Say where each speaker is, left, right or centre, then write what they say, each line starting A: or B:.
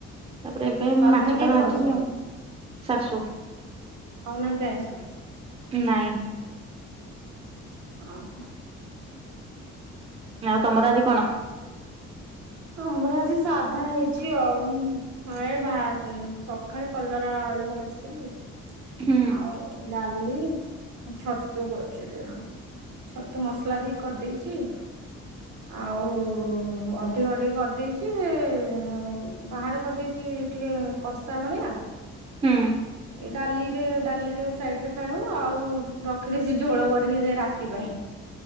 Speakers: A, on the right; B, on the right.
A: ତାପରେ ଏବେ
B: ସାଧା
A: ମାଛ
B: କିଏ
A: ଟା ଭାଜିମି
B: ଖାଉଛି
A: ଆଉ, ଶାଶୁ।
B: ହଉନାହାନ୍ତି ଆଇଁଷ୍
A: ନାଇଁ।
B: ଓହୋ।
A: ଆଉ ତମର ଆଜି କଣ?
B: ହଁ ଆମର ଆଜି ସାଧା ହେଇଛି ଆଉ। ହଁ ଏ ବାହାର୍ନି ସକାଳେ କଲରା, ଆଳୁ ଭାଜି କି।
A: ହୁଁ
B: ଆଉ ଡାଲି। ଛତୁ କରୁଛି ଏଠି, ଛତୁ ମସଲା ଦେଇ କରିଦେଇଛି। ଆଉ-ଉ-ଉ ହ ଅଧିକ ଟିକେ କରିଦେଇଛି, ଏ ବାହାରେ କରିଦେଇଛି ଟିକେ କଷା ଭଳିଆ।
A: ହୁଁ।
B: ଏ ଡାଲିରେ ଡାଲିରେ ସାଇଡ୍ ରେ ଖାଇବୁ ଆଉ ରଖିଦେଇଛି ଝୋଳ କରିକି ଦେ ରାତି ପାଇଁ।